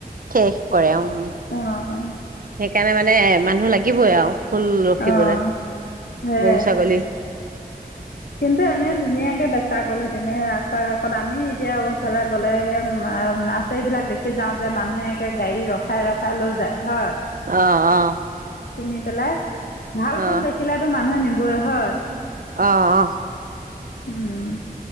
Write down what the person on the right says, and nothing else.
শেষ কৰে উম
সেইকাৰণে মানে মানুহ লাগিবই আৰু ফুল ৰখিবলৈ
গৰু ছাগলী
অ অ
অ
অ অ